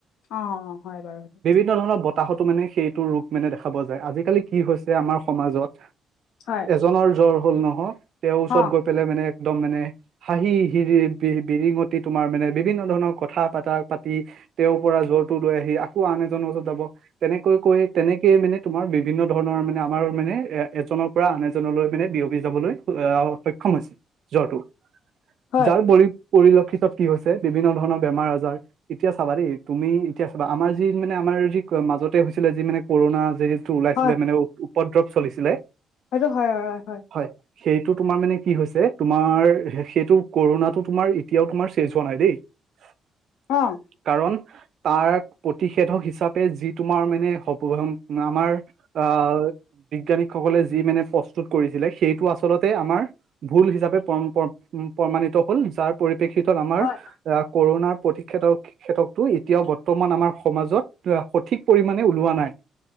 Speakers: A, on the left; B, on the right.
A: অ', হয় বাৰু সেইটো।
B: বিভিন্ন ধৰণৰ বতাহতো মানে সেইটো ৰূপ মানে দেখা পোৱা যায়। আজিকালি কি হৈছে আমাৰ সমাজত
A: হয়।
B: এজনৰ জ্বৰ হ'ল নহয়, তেওঁৰ ওচৰত
A: অ
B: গৈ পেলাই মানে একদম মানে হাঁহি, হিৰি বি-বিৰিঙতে তোমাৰ মানে বিভিন্ন ধৰণৰ কথা পতা পাতি তেওঁৰ পৰা জ্বৰটো লৈ আহি আকৌ আন এজনৰ ওচৰত যাব, তেনেকৈ তেনেকে মানে তোমাৰ বিভিন্ন ধৰণৰ মানে আমাৰ মানে এ-এজনৰ পৰা আন এজনলৈ মানে বিয়পি যাবলৈ আ সক্ষম হৈছে জ্বৰটো,
A: হয়
B: যাৰ পৰি পৰিলক্ষিতত কি হৈছে, বিভিন্ন ধৰণৰ বেমাৰ আজাৰ। ইতিয়া চাবা দেই, তুমি ইতিয়া চাবা আমাৰ যি মানে আমাৰ যি মাজতে হৈছিলে যি মানে কৰোণা যিহেতু ওলাইছিলে,
A: হয়
B: মানে উপদ্ৰৱ চলিছিলে
A: হয়টো হয়, হয়, হয়।
B: হয়। সেইটো তোমাৰ মানে কি হৈছে, তোমাৰ সেইটো কৰোণাটো তোমাৰ এতিয়াও তোমাৰ চেচ হোৱা নাই দেই। <unintelligible>
A: অ'।
B: কাৰণ তাৰ প্ৰতিষেধক হিচাপে যি তোমাৰ মানে হ <unintelligible> আমাৰ আ বিজ্ঞানিকসকলে যি মানে প্ৰস্তুত কৰিছিলে, সেইটো আচলতে আমাৰ ভুল হিচাপে প্ৰম-প্ৰম-প্ৰমাণিত হল, যাৰ পৰিপ্ৰেক্ষিতত আমাৰ
A: হয়
B: এ কৰণাৰ প্ৰতীক্ষো <unintelligible> খেতকতো এতিয়াও বৰ্তমান আমাৰ সমাজত সঠিক পৰিমণে ওলোৱা নাই।